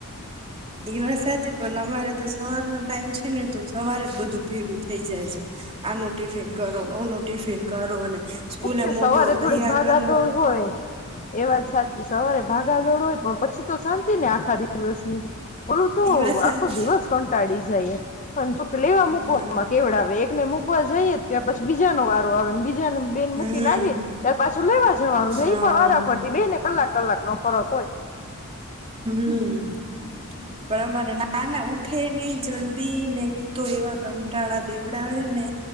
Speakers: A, on the right (about 25°); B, on the left (about 35°).
A: એ વાત સાચી પણ અમારે તો સવાર નો ટાઈમ છે ને તો સવાર જ બધું ભેગું થાય. થઇ જાય છે આનું ટિફિન કરોનું ઓનું ટિફિન કરો અને સ્કૂલે
B: એજ ને
A: મોકલો
B: સવારે થોડીક
A: તૈયાર
B: ભાગા
A: કરો
B: દોડ હોય એ વાત સાચી સવારે ભાગા દોડ હોય પણ પછી તો શાંતિ ને આખા દિવસની ઓલું તો
A: એ વાત સાચી
B: આખો દિવસ કંટાળી જઈએ પણ લેવા
A: હમ
B: મૂકવામાં કેવડાવે આવે એકને મૂકવા જઈએ ત્યા પછી બીજાનો વારો આવે બીજાને
A: હમ
B: મૂકી ને આવીએ ત્યારે પાછું લેવા જવાનું છે
A: હા
B: એ પણ વારાફરતી બે ને કલાક કલાક નો ફરક હોય
A: હમ પણ અમારા નાના ઊઠે નહી જલ્દી ને તો એવા કંટાળા દેવડાવે ને